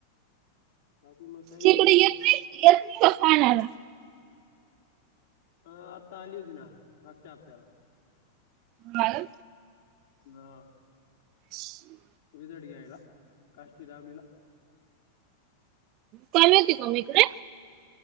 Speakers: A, on the left; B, on the right.
A: बाकी मग काही
B: तिकडे
A: बी हो
B: येत नाही. येत नाही का खाण्याला?
A: हा आत्ता आली होती मागच्या हप्ताला
B: हा होय.
A: ना.
B: स्म
A: रिझल्ट घ्यायला का ती दहावीला.
B: काय माहीत होती काम आहे. का इकडे